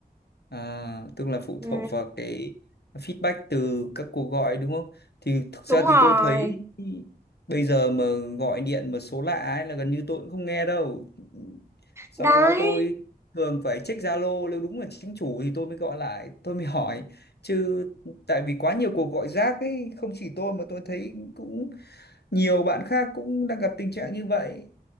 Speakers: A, on the left (about 85°); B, on the right (about 15°).
A: À, tức là phụ
B: ừ,
A: thuộc vào cái feedback từ các cuộc gọi đúng không? Thì thực
B: đúng
A: ra
B: rồi
A: thì tôi thấy bây giờ mà gọi điện mà số lạ ấy là gần như tôi cũng không nghe đâu. Sau
B: đấy
A: đó tôi thường phải check Zalo nếu đúng là chính chủ thì tôi mới gọi lại, tôi mới hỏi. Chứ tại vì quá nhiều cuộc gọi rác ấy, không chỉ tôi mà tôi thấy cũng nhiều bạn khác cũng đang gặp tình trạng như vậy.